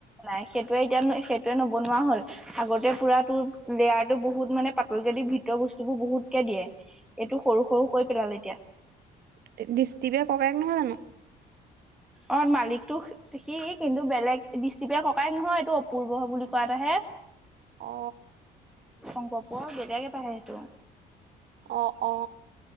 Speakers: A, in the centre; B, on the right.
A: নাই সেইটোৱে এতিয়া নো সেইটোৱে নবনোৱা হ'ল। আগতে পুৰা তোৰ লেয়াৰতো বহুত মানে পাতলকেদি ভিতৰ বস্তুবোৰ বহুতকে দিয়ে। এইটো সৰু সৰু কৈ পেলালে এতিয়া।
B: তে দৃষ্টিকে ককাই নহয় জানো?
A: অ মালিকটো সি কিন্তু বেলেগ দৃষ্টিপৰে ককাই নহয় এইটো অপূৰ্ব বুলি কোৱা এটাহে।
B: অ।
A: শংকৰ্প বেলেগে পা সেইটো।
B: অ অ।